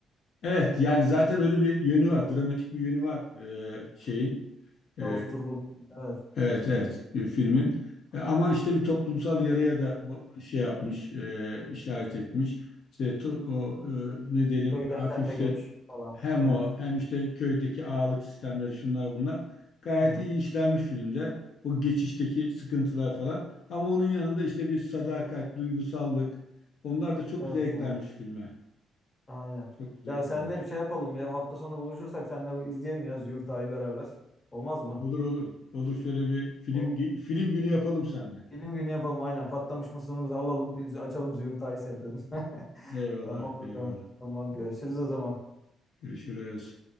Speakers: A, on the left (about 65°); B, on the left (about 25°).
A: Evet yani zaten öyle bir yönü var. Dramatik bir yönü var e, şeyin. e,
B: Yavuz Turgul. Evet.
A: Evet, evet e, filmin. E, Ama işte bir toplumsal yaraya da ba- şey yapmış, e, işaret etmiş. İşte to- o e, ne diyelim
B: Köyden
A: hafif
B: kente
A: işte
B: göç falan.
A: hem
B: Evet.
A: o hem işte köydeki ağalık sistemleri şunlar bunlar gayet
B: Hı hı.
A: iyi işlenmiş filmde. O geçişteki sıkıntılar falan. Ama onun yanında işte bir sadakat, duygusallık onlar da çok
B: Evet
A: güzel eklenmiş
B: ya.
A: filme.
B: Aynen.
A: Çok güzel
B: Ya
A: eklenmiş.
B: senle bir şey yapalım ya. Hafta sonu buluşursak senle bu- izleyelim ya Züğürt Ağa'yı beraber. Olmaz mı?
A: Olur olur. Olur şöyle bir film
B: Olur.
A: film günü yapalım seninle.
B: Bilim günü yapalım aynen. Patlamış mısırımızı alalım. Biz açalım Züğürt Ağa'yı seyredelim. <laughs>
A: Eyvallah,
B: Tamam bakalım.
A: eyvallah.
B: Tamam görüşürüz o zaman.
A: Görüşürüz.